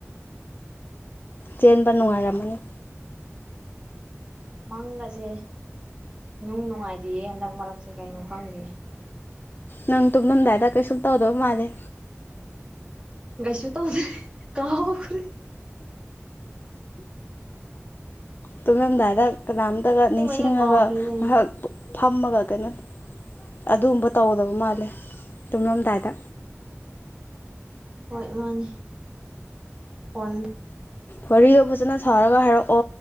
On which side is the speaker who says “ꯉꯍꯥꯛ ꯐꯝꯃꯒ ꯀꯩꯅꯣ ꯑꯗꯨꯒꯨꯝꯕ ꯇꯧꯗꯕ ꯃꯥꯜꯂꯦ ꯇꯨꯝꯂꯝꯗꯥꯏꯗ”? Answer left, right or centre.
Left